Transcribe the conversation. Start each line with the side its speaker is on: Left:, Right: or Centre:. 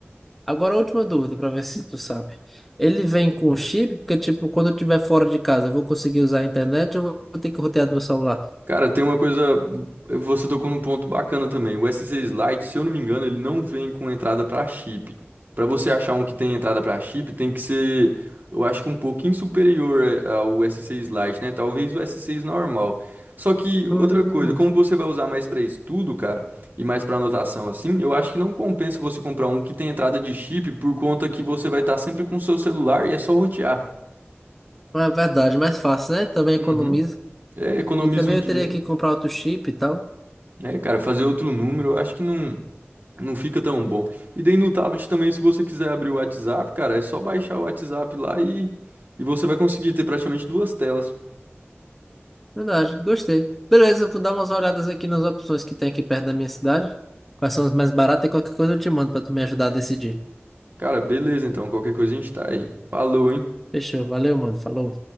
Centre: Agora, a última dúvida para ver se tu sabe. Ele vem com chip, porque, tipo, quando eu estiver fora de casa, eu vou conseguir usar a internet ou eu vou ter que rotear do meu celular?
Right: Cara, tem uma coisa. Você tocou num ponto bacana também. O s SC Lite, se eu não me engano, ele não vem com entrada para chip. Para você achar um que tem entrada para chip, tem que ser, eu acho que um pouquinho superior a- ao SC Lite, né? Talvez o s SC normal. Só que
Centre: Hum,
Right: outra coisa, como você vai usar mais para estudo, cara, e mais para anotação assim, eu acho que não compensa você comprar um que tem entrada de chip por conta que você vai estar sempre com o seu celular e é só rotear.
Centre: é verdade, mais fácil, né? Também
Right: Uhum.
Centre: economiza.
Right: É, economiza
Centre: E também
Right: um
Centre: eu
Right: dinheiro.
Centre: teria que comprar outro chip e tal.
Right: É, cara, fazer outro número, eu acho que não, não fica tão bom. E daí no tablet também, se você quiser abrir o WhatsApp, cara, é só baixar o WhatsApp lá e, e você vai conseguir ter praticamente duas telas.
Centre: Verdade, gostei. Beleza, eu vou dar umas olhadas aqui nas opções que tem aqui perto da minha cidade. Quais são as mais baratas e qualquer coisa eu te mando pra tu me ajudar a decidir.
Right: Cara, beleza, então, qualquer coisa a gente tá aí. Falou, hein?
Centre: Fechou, valeu, mano. Falou.